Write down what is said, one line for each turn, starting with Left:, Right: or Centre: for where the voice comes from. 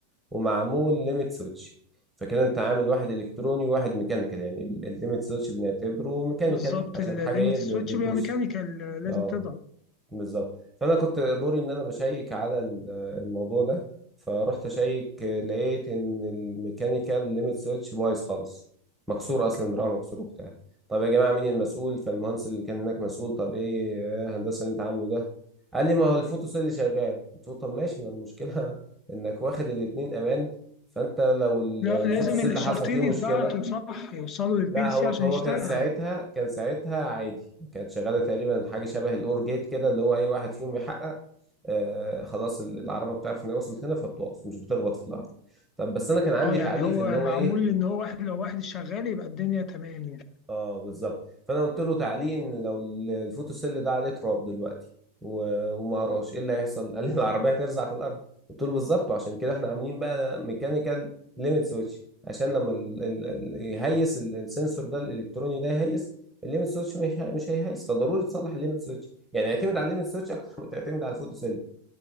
Centre: ومعمول ليميت سويتش فكده انت عامل واحد الكتروني وواحد ميكانيكال يعني الليميت سويتش بنعتبره ميكانيكال
Left: بالظبط
Centre: عشان
Left: الليمت
Centre: حاجه ايه
Left: سويتش
Centre: ب- بتدوس
Left: بيبقى ميكانيكال لازم
Centre: اه
Left: تضغط
Centre: بالظبط فانا كنت دوري ان انا بشيك على ال- الموضوع ده فرحت اشيك لقيت ان الميكانيكال ليميت سويتش بايظ خالص مكسور اصلا دراعه مكسور وبتاع طب يا جماعه مين المسؤول فالمهندس اللي كان هناك مسؤول طب ايه يا هندسه اللي انت عامله ده قال لي ما هو الفوتو سيل اللي شغال قلت له طب ماشي ما المشكله <laughs> انك واخد الاتنين امان فانت لو ال-
Left: لا
Centre: الفوتو
Left: لازم
Centre: سيل
Left: الاشارتين
Centre: اللي حصل فيه
Left: يتبعتوا
Centre: مشكله
Left: صح يوصلوا للبي
Centre: لا
Left: ال
Centre: هو
Left: سي عشان
Centre: هو
Left: يشتغل
Centre: كان ساعتها كان ساعتها عادي كانت شغاله تقريبا حاجه شبه الاور جيت كده اللي هو اي واحد فيهم يحقق آه خلاص ال- العربه بتعرف ان هي وصلت هنا فبتقف مش بتخبط في الارض طب بس انا كان عندي
Left: اه يعني
Centre: تعليق
Left: هو
Centre: في ان هو
Left: معمول
Centre: ايه
Left: ان هو واحد لو واحد شغال يبقى الدنيا تمام يعني
Centre: اه بالظبط فانا قلت له تعليق ان لو ال- الفوتوسيل ده عليه تراب دلوقتي و- وما قراش ايه اللي هيحصل <laughs> قال لي العربيه هترزع في الارض قلت له بالظبط وعشان كده احنا عاملين بقى ميكانيكال ليميت سويتش عشان لما ال ال ال يهيس ال- السنسور ده الالكتروني ده يهيس الليميت سويتش مش هي- مش هيهيس فضروري تصلح الليميت سويتش يعني اعتمد على الليميت سويتش اكتر ما تعتمد على الفوتوسيل